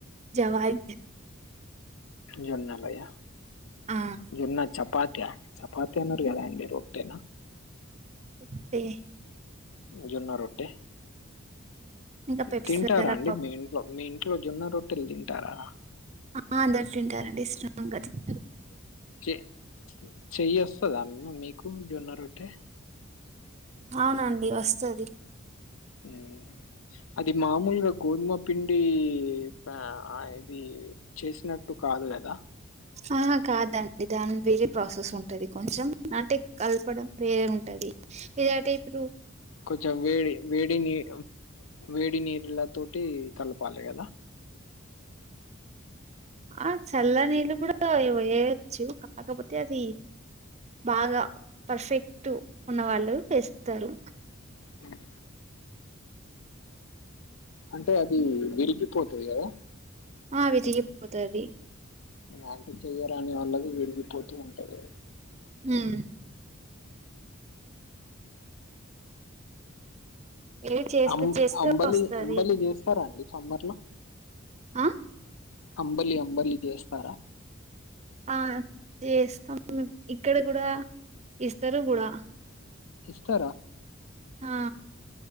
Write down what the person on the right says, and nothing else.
జవాయ్
ఆ
ఉప్పె
ఇంకా పెప్సీ
పప్పు
ఆ అందర్తింటారండి ఇష్టంగా తిన్
ఔనండి వస్తది
అహ కాదండి దాన్ వేరే ప్రాసెస్సుంటది కొంచెం అంటె కల్పడం వేరుంటది ఎలంటె ఇప్పురు
ఆ చల్ల నీళ్ళు కుడా వెయ్ యెయచ్చు కాకపొతె అది బాగా పర్ఫెక్ట్ ఉన్నవాళ్ళు వేస్తారు
ఆ అవి తిగిప్పోతాది
ఉమ్ ఏవి చేస్తే
చేస్తే
వస్తుంది
అ
ఆ జేస్తామ్ ఇక్కడ గుడా ఇస్తరు గుడా
ఆ